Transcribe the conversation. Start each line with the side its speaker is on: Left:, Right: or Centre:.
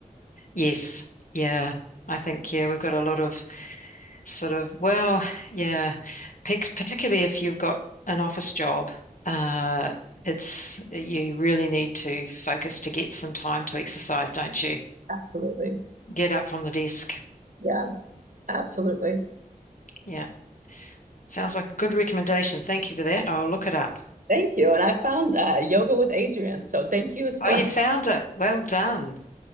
Left: Yes. Yeah. I think, yeah, we've got a lot of sort of, well, yeah, pic particularly if you've got an office job, uh, it's, you really need to focus to get some time to exercise, don't you?
Right: Absolutely.
Left: Get up from the desk.
Right: Yeah, absolutely.
Left: Yeah. Sounds like a good recommendation. Thank you for that. I'll look it up.
Right: Thank you. And I found uh, yoga with Adrienne. so thank you as
Left: Oh,
Right: well.
Left: you found
Right: <laughs>
Left: it. Well done.